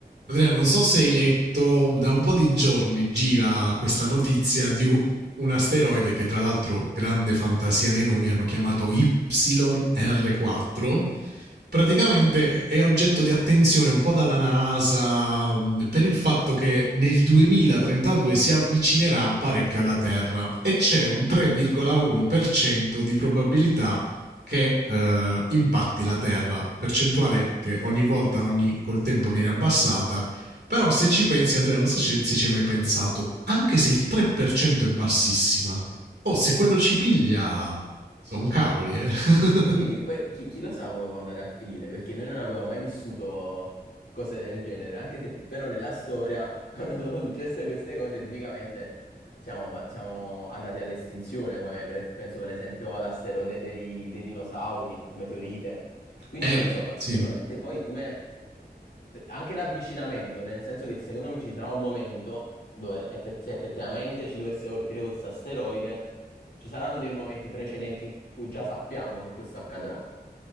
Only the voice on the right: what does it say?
Andrea, non so se hai letto, da un po' di giorni gira questa notizia di u- un asteroide che tra l'altro, grande fantasia nei nomi, hanno chiamato YR4. Praticamente è oggetto di attenzione un po' dalla NASA mh, per il fatto che nel 2032 si avvicinerà parecchio alla Terra e c'è un 3,1% di probabilità che eh, impatti la Terra, percentuale che ogni volta, ogni, col tempo viene abbassata, però se ci pensi Andrea, non so se ci hai mai pensato, anche se il 3% è bassissima, oh, se quello ci piglia, sono cavoli, eh. <laughs>
eh,
sì,